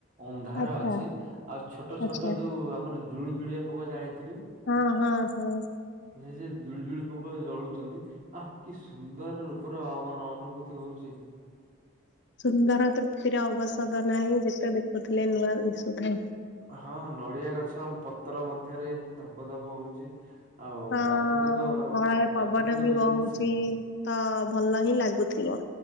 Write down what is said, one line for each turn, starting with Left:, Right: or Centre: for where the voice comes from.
Right: ଅନ୍ଧାର
Left: ଆଚ୍ଛା
Right: ଅଛି ଆଉ ଛୋଟ
Left: ଆଚ୍ଛା
Right: ଛୋଟ ଯୋଉ ଆମର ଜୁଳୁଜୁଳିଆ ପୋକ ଜାଣିଥିବେ।
Left: ହଁ ହଁ ହଁ।
Right: ଏ ସେ ଜୁଳୁ ଜୁଳୁ ପୋକ ଜଳୁଛନ୍ତି। ଆ କି ସୁନ୍ଦର ଉପରେ ମାନ ଅନୁଭୂତି ହଉଛି।
Left: ସୁନ୍ଦର ତୃପ୍ତିର ଅବସଦ ନାହିଁ ଯେତେ ଦେଖୁଥିଲେ ନୂଆ ଦିଶୁଥାଏ।
Right: ହଁ ନଡି଼ଆ ଗଛ ପତ୍ର ମଧ୍ୟରେ ଏମିତି ଧପ ଧପ ହଉଛି। ଆଉ
Left: ହଁ
Right: ପ୍ରାକୃତିକ
Left: ମଳୟ
Right: ପ୍ରାକୃତିକ
Left: ପବନ ବି
Right: ବିଦ୍ୟୁତ
Left: ବହୁଛି।
Right: ସିଏ।
Left: ତ ଭଲ ହିଁ ଲାଗୁଥିବ